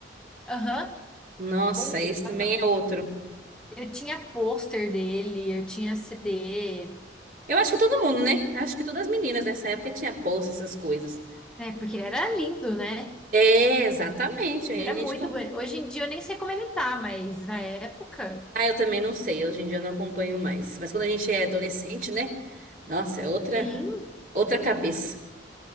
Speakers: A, in the centre; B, on the right.
A: Aham.
B: Nossa,
A: Bombava.
B: esse também é outro.
A: Eu tinha pôster dele, eu tinha CD.
B: Eu acho que todo mundo, né? Acho que todas as meninas nessa época tinha post essas coisas.
A: É, porque ele era lindo, né?
B: É, exatamente. Aí
A: Ele
B: a
A: era
B: gente.
A: muito bonito. Hoje em dia eu nem sei como ele tá, mas na época.
B: Ah, eu também não sei, hoje em dia eu não acompanho mais. Mas quando a gente é adolescente, né? Nossa, é outra,
A: Sim,
B: outra cabeça.